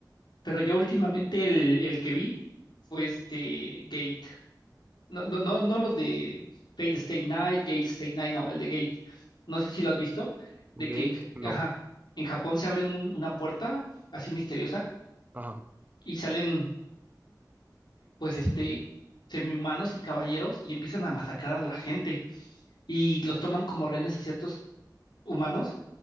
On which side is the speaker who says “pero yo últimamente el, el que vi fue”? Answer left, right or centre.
Left